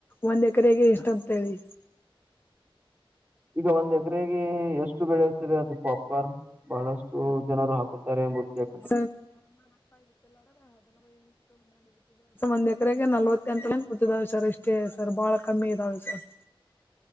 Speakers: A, on the left; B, on the right.
A: ಒಂದ್ ಎಕರೆಗೆ ಇಷ್ಟ ಅಂತ ಹೇಳಿ.
B: ಈಗ ಒಂದ್ ಎಕರೆಗೆ ಎಷ್ಟು ಬೆಳೆಯುತ್ತದೆ ಅದು ಪಾಪ್ ಕಾರ್ನ್? ಬಹಳಷ್ಟು ಜನರು ಹಾಕುತ್ತಾರೆ ಎಂಬುದು ಕೇಳ್
A: <inaudible> <unintelligible> ಒಂದ್ ಎಕರೆಗೆ ನಲವತ್ತೆಂಟು <unintelligible> ಛೇ ಸರ್ ಭಾಳ ಕಮ್ಮಿ ಇದ್ದಾವೆ ಸರ್.